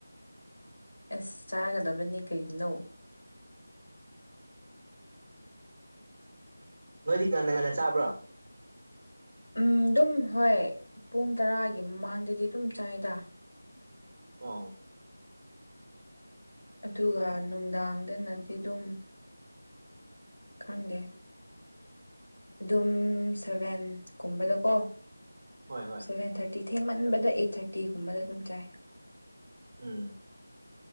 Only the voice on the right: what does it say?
ꯅꯣꯏꯗꯤ ꯉꯟꯅ ꯉꯟꯅ ꯆꯥꯕ꯭ꯔꯣ
ꯑꯣ
ꯍꯣꯏ ꯍꯣꯏ
ꯎꯝ